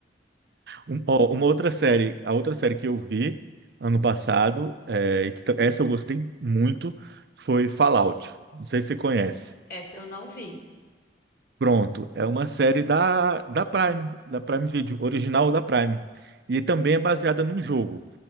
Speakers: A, on the right; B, on the left.
A: Um- ó, uma outra série, a outra série que eu vi ano passado, é, e que, t- essa eu gostei muito, foi Fallout. Não sei se você conhece.
B: Essa eu não vi.
A: Pronto, é uma série da, da Prime, da Prime Video, original da Prime. E também é baseada num jogo.